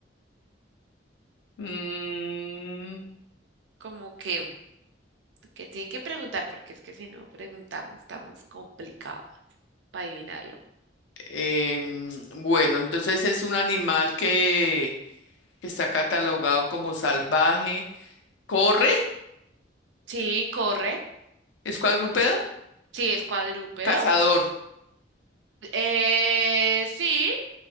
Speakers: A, on the left; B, on the right.
A: Mm,
B: como que, que tienen que preguntar, porque es que si no preguntamos estamos complicados para adivinarlo.
A: em, bueno, entonces es un animal que, que está catalogado como salvaje. ¿Corre?
B: Sí, corre,
A: ¿Es cuadrúpedo?
B: uf, sí, es cuadrúpedo.
A: Cazador.
B: Eh, sí,